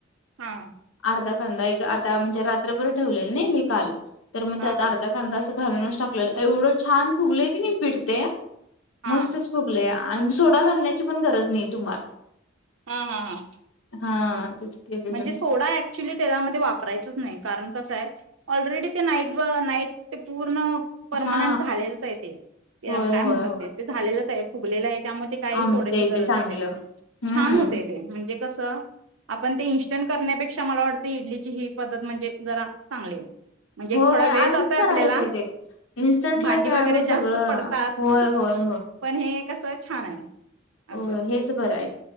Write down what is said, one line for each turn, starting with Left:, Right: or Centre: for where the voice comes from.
Right: हां.
Left: आर्धा कांदा एक आता म्हंजे रात्रभर ठेवलेल न मी काल, तर मग
Right: हा
Left: त्यात अर्धा
Right: हा
Left: कांदा असं धरुनच टाकलेलं एवढं छान फुगलंय की नाही ते
Right: हा
Left: मस्तच फुगलेया. आन सोडा घालण्याची पण गरज नाही तुम्हाला.
Right: हां हां हां.
Left: हा तेच केलेलं
Right: म्हणजे
Left: मी
Right: सोडा ऍक्चुली त्याच्यामध्ये वापरायचच नाही. कारणं कसंय ऑलरेडी ते नाईट व नाईट ते पूर्ण पर्मनंट
Left: हा
Right: झालेलंच आहे ते ते
Left: होय
Right: काय
Left: होय
Right: म्हणतात?
Left: होय
Right: ते ते झालेलंच आहे फुगलेलं आहे. त्यामध्ये काही
Left: आमच्या
Right: सोडायची
Left: इथे
Right: गरज
Left: चांगलं
Right: नाही त्याला
Left: हम्म
Right: छान होतय ते म्हणजे कसं आपण ते इनस्टंट करण्यापेक्षा मला वाटतें इडलीची ही पद्धत म्हणजे जरा चांगलीय. म्हणजे
Left: होय
Right: एक थोडा वेळ
Left: असंच
Right: जातोय आपल्याला
Left: करायला पाहिजे इन्स्टंटला
Right: भांडी
Left: काय
Right: वगैरे
Left: हो सगळं
Right: जास्त पडतात
Left: होय होय
Right: पण, हे कसं छान आहे.
Left: हो
Right: असं
Left: हेच बरं आहे